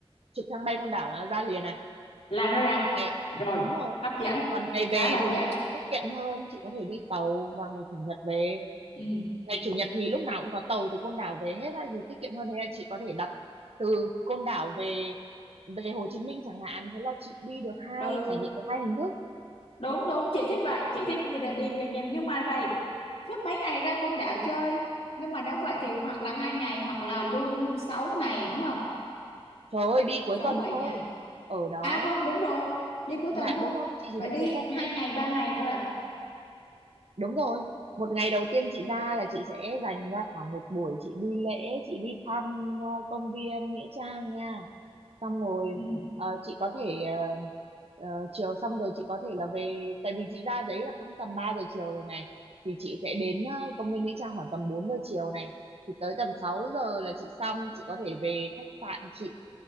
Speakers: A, on the right; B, on the left.
A: trực thăng bay Côn Đảo là ra liền à
B: là nó ra
A: còn ngày
B: rồi
A: đúng rồi
B: hấp dẫn
A: còn ngày về
B: khá là
A: thì
B: hấp dẫn
A: tiết kiệm hơn chị có thể đi tàu vào ngày chủ nhật về
B: ừ
A: ngày chủ nhật thì lúc nào cũng có tàu từ Côn Đảo về hết á thì tiết kiệm hơn thế là chị có thể đặt từ Côn Đảo về về Hồ Chí Minh chẳng hạn thế là chị đi được hai
B: ừ
A: trải nghiệm được hai hình thức
B: đúng đúng chị thích vậy chị thích vì là đi nhầm nhưng mà vậy suốt mấy ngày ra Côn Đảo chơi nhưng mà nếu vậy thì hoặc là hai ngày hoặc là luôn 6 ngày đúng không
A: trời ơi đi cuối
B: sáu
A: tuần
B: bảy
A: thôi
B: ngày
A: ở đó
B: à không đúng rồi đi cuối
A: dạ
B: tuần thôi
A: đúng rồi chị chỉ
B: vậy
A: đi
B: đi
A: cuối tuần
B: hai
A: thôi
B: ngày ba ngày thôi à
A: đúng rồi một ngày đầu tiên chị ra là chị sẽ dành ra khoảng một buổi chị đi lễ chị đi thăm ờ, công viên Nghĩa Trang nha xong rồi
B: ừ
A: ờ, chị có thể ờ, ờ, chiều xong rồi chị có thể là về tại vì chị ra đấy là cũng tầm 3 giờ chiều rồi này thì chị sẽ đến ờ, công viên Nghĩa Trang khoảng tầm 4 giờ chiều này thì tới tầm 6 giờ là chị xong chị có thể về khách sạn chị